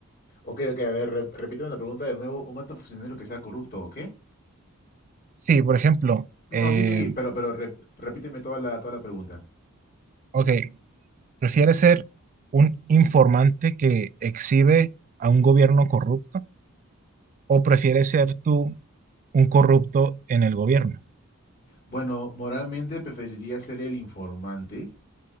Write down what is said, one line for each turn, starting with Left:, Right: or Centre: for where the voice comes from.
Left: Ok, ok, a ver, rep- repíteme la pregunta de nuevo. ¿Un alto funcionario que sea corrupto o qué?
Right: Sí, por ejemplo,
Left: No,
Right: eh,
Left: no, sí, sí, sí, pero, pero rep- repíteme toda la, toda la pregunta.
Right: ok, ¿Prefiere ser un informante que exhibe a un gobierno corrupto o prefiere ser tú un corrupto en el gobierno
Left: Bueno, moralmente preferiría ser el informante,